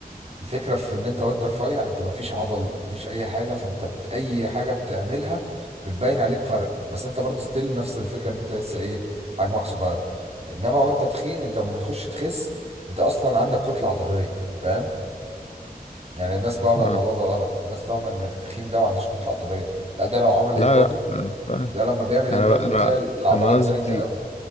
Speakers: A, on the right; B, on the left.
A: الفكره في ان انت وانت رفيع انت مفيش عضل مفيش اي حاجه فانت بت... اي حاجه بتعملها بتبين عليك فرق بس انت برضو ستيل نفس الفكره ان انت لسه ايه حجمك صغير انما وانت تخين انت لما بتخش تخس انت اصلا عندك كتله عضليه فاهم يعني الناس فاهمه
B: اه
A: الموضوع ده غلط الناس فاهمه ان التخين ده ما عندوش كتله عضليه لا ده لو عمل
B: لا
A: امبادي
B: لا انا فاهم.
A: ده لما بيعمل
B: انا
A: امبادي
B: بقى
A: بتلاقي
B: انا
A: العضلات
B: انا قصدي
A: زايده قوي